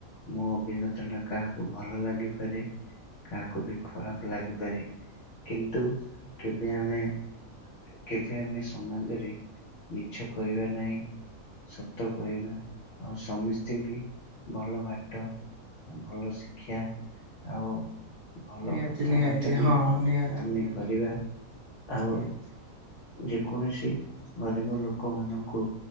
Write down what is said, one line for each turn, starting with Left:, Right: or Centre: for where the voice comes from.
Left: ମୋ ଅଭିଜ୍ଞତା ଟା କାହାକୁ ଭଲ ଲାଗିପାରେ। କାହାକୁ ବି ଖରାପ ଲାଗିପାରେ କିନ୍ତୁ କେବେ ଆମେ କେବେ ଆମେ ସମାଜରେ ମିଛ କହିବା ନାହିଁ। ସତ କହିବା ଆଉ ସମସ୍ତିଙ୍କି ଭଲ ବାଟ ଭଲ ଶିକ୍ଷା ଆଉ ଭଲ
Right: ନିହାତି,
Left: କଥାବାର୍ତ୍ତା
Right: ନିହାତି
Left: ବି
Right: ହଁ ନିହାତି,
Left: ଆମେ
Right: ନିହାତି,
Left: କରିବା ଆଉ
Right: ନିହାତି।
Left: ଯେକୌଣସି ଗରିବ ଲୋକମାନଙ୍କୁ